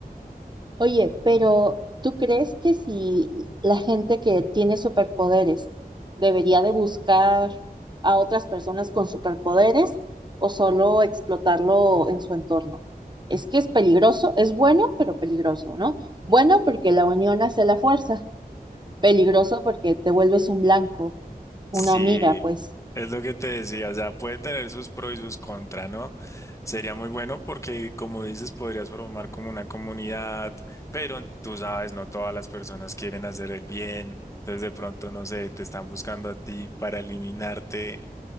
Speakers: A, on the right; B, on the left.
A: Oye, pero ¿tú crees que si la gente que tiene superpoderes debería de buscar a otras personas con superpoderes o solo explotarlo en su entorno? Es que es peligroso, es bueno, pero peligroso, ¿no? Bueno porque la unión hace la fuerza, peligroso porque te vuelves un blanco, una
B: Sí,
A: mira, pues
B: es lo que te decía, o sea, puede tener sus pros y sus contras, ¿no? Sería muy bueno porque, como dices, podrías formar como una comunidad, pero tú sabes, no todas las personas quieren hacer el bien, entonces de pronto, no sé, te están buscando a ti para eliminarte.